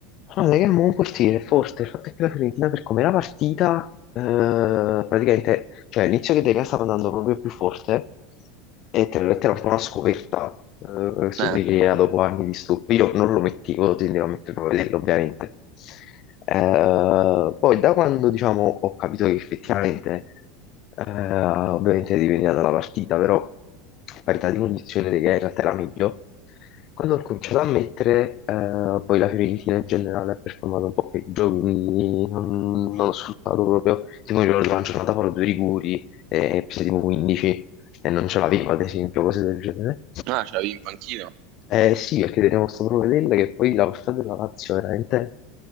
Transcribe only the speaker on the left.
Guarda che è un buon portiere, forte. Il fatto è che la Fiorentina per com'era partita, eh, praticamente, cioè all'inizio che De Gea stava andando proprio più forte e te l'ho detto, era un po' una scoperta eh, questo
De Gea dopo anni di stup. Io non lo mettevo, tendevo a metterlo a vederlo ovviamente. Eh, poi da quando diciamo, ho capito che effettivamente, eh, ovviamente dipendeva dalla partita, però parità di condizione che in realtà era meglio, quando ho cominciato a mettere, eh, poi la Fiorentina in generale ha performato un po' peggio, quindi non, non ho sfruttato proprio, tipo mi ricordo una giornata fuori due rigori e prese tipo 15, e non ce l'avevo, ad esempio, cose del genere.
Eh, sì, perché tenevo sto provvedendo che poi la portata della Lazio veramente